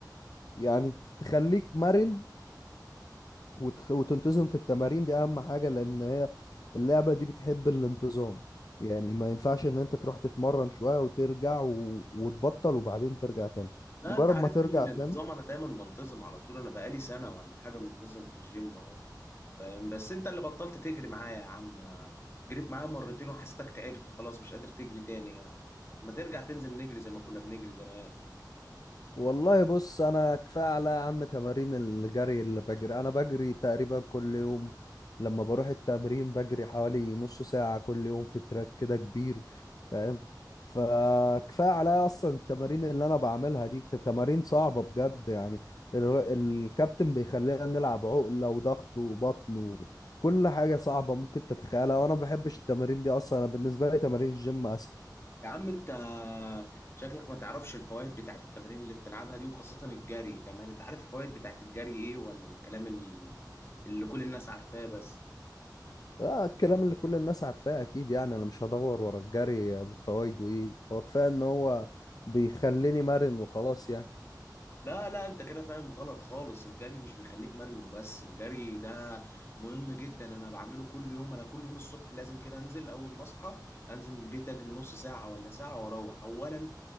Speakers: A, on the left (about 55°); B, on the left (about 35°).
A: يعني تخليك مرن وتخ... وتنتظم في التمارين دي اهم حاجة لان هي اللعبة دي بتحب الانتظام يعني ما ينفعش ان انت تروح تتمرن شوية وترجع و... وتبطل وبعدين ترجع تاني
B: لا
A: مجرد
B: انت عارفني
A: ما ترجع
B: في الانتظام
A: تاني
B: انا دايما بنتظم على طول انا بقالي سنه ولا حاجه منتظم في الجيم اهو فاهم بس انت اللي بطلت تجري معايا يا عم جريت معايا مرتين وحسيتك تعبت خلاص مش قادر تجري تاني ما ترجع تنزل نجري زي ما كنا بنجري زمان
A: والله بص انا كفايه على يا عم تمارين الجري اللي بجري انا بجري تقريبا كل يوم لما بروح التمرين بجري حوالي نص ساعه كل يوم في تراك كده كبير فاهم فكفايه على اصلا التمارين اللي انا بعملها دي كتمارين صعبه بجد يعني الر- الكابتن بيخلينا نلعب عقله وضغط وبطن وكل حاجه صعبه ممكن تتخيلها وانا ما بحبش التمارين دي اصلا انا بالنسبه لي تمارين الجيم اسهل
B: يا عم انت شكلك ما تعرفش الفوائد بتاعت التمارين اللي بتلعبها دي وخاصة الجري كمان انت عارف الفوائد بتاعت الجري ايه ولا الكلام ال- اللي كل الناس عارفاه بس
A: اه الكلام اللي كل الناس عارفاه اكيد يعني انا مش هدور ورا الجري فوائده ايه هو كفايه ان هو بيخليني مرن وخلاص يعني
B: لا لا انت كده فاهم غلط خالص الجري مش بيخليك مرن وبس الجري ده مهم جدا انا بعمله كل يوم انا كل يوم الصبح لازم كده انزل اول ما اصحى انزل من البيت اجري نص ساعة ولا ساعة واروح اولا